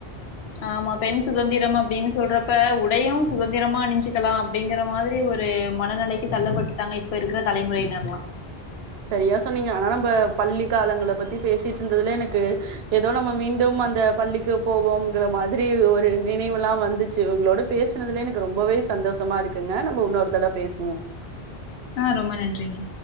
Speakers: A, on the left; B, on the right.
A: ஆமா பெண் சுகதந்திரம் அப்டின்னு சொல்றப்ப உடையும் சுகதந்திரமா அணிஞ்சுக்கலாம் அப்டிங்கற மாதிரி ஒரு மனநெலைக்கு தள்ளப்பட்டுட்டாங்க இப்ப இருக்கற தலைமுறையினர்ல்லாம்
B: சரியா சொன்னீங்க ஆனா நம்ப பள்ளி காலங்கல்ல பத்தி பேசிட்டு இருந்ததுல எனக்கு ஏதோ நம்ம மீண்டும் அந்த பள்ளிக்கு போவோம்ங்கற மாதிரி ஒரு நினைவெல்லா வந்துச்சு உங்களோட பேசுனதுல எனக்கு ரொம்பவே சந்தோஷமாருக்குங்க நம்போ இன்னொரு தட பேசுவோ
A: அ ரொம்ப நன்றிங்க